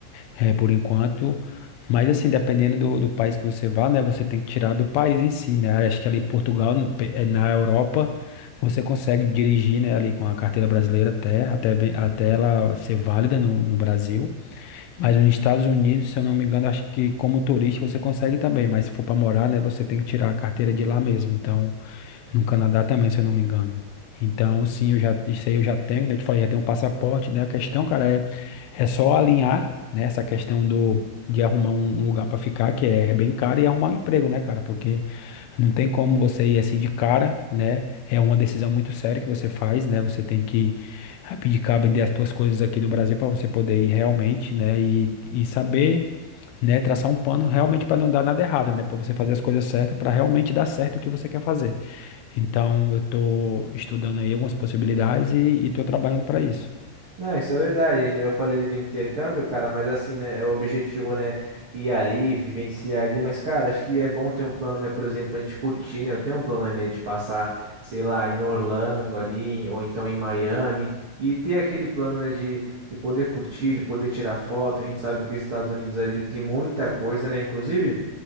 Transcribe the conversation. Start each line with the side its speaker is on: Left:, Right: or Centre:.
Left: eh, por enquanto. Mas assim, dependendo do, do país que você vá, né, você tem que tirar do país em si, né? Acho que ali em Portugal, no- pe- eh, na Europa, você consegue dirigir, né, ali com a carteira brasileira até até ve- até ela ser válida no, no Brasil. Mas nos Estados Unidos, se eu não me engano, acho que como turista você consegue também, mas se for para morar, né, você tem que tirar a carteira de lá mesmo. Então, no Canadá também, se eu não me engano. Então, sim, eu já, isso aí eu já tenho, né? Eu te falei, já tenho um passaporte, né? A questão, cara, é, é só alinhar, né, essa questão do, de arrumar um um lugar para ficar, que é, é bem caro, e arrumar um emprego, né, cara? Porque não tem como você ir assim de cara, né? É uma decisão muito séria que você faz, né? Você tem que abdicar, vender as suas coisas aqui no Brasil para você poder ir realmente, né? E, e saber, né? Traçar um plano realmente para não dar nada errado, né? Para você fazer as coisas certas, para realmente dar certo o que você quer fazer. Então, eu estou estudando aí algumas possibilidades e estou trabalhando para isso.
Right: Não, isso é verdade. Eu falei ali do intercâmbio, cara, mas assim, né? É o objetivo, né? Ir ali, vivenciar ali. Mas, cara, acho que é bom ter um plano, né? Por exemplo, pra gente curtir, né? Eu tenho um plano ali né, de passar, sei lá, em Orlando ali, ou então em Miami. E ter aquele plano, né? De, de poder curtir, de poder tirar foto. A gente sabe que os Estados Unidos ali ele tem muita coisa, né? Inclusive.